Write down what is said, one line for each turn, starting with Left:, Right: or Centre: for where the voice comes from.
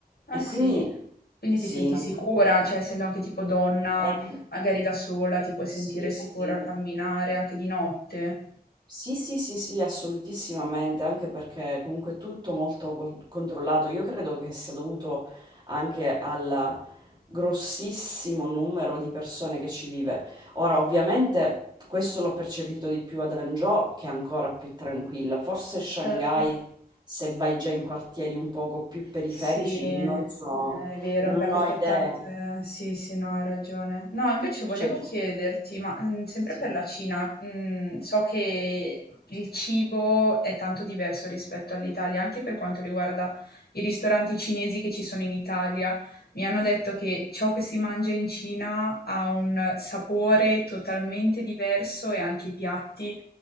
Left: Ah
Right: e
Left: sì?
Right: quindi
Left: Quindi
Right: sì,
Left: ti senti
Right: non
Left: sicura,
Right: ti
Left: cioè essendo anche tipo donna,
Right: eh, n-
Left: magari da sola ti puoi sentire
Right: sì, sì.
Left: sicura a camminare anche di notte.
Right: Sì, sì, sì, sì, assolutissimamente, anche perché comunque è tutto molto col- controllato. Io credo che sia dovuto anche al grossissimo numero di persone che ci vive. Ora, ovviamente, questo l'ho percepito di più ad Hangzhou, che è ancora più tranquilla. Forse Shanghai,
Left: Certo.
Right: se vai già in quartieri un poco più periferici,
Left: Sì, eh,
Right: non so,
Left: è vero,
Right: non
Left: ma perché
Right: ho idee.
Left: tante... Sì, sì, no, hai ragione. No, invece volevo
Right: Cioè,
Left: chiederti, ma mm, sempre
Right: sì.
Left: per la Cina, mm, so che il cibo è tanto diverso rispetto all'Italia, anche per quanto riguarda i ristoranti cinesi che ci sono in Italia. Mi hanno detto che ciò che si mangia in Cina ha un sapore totalmente diverso e anche i piatti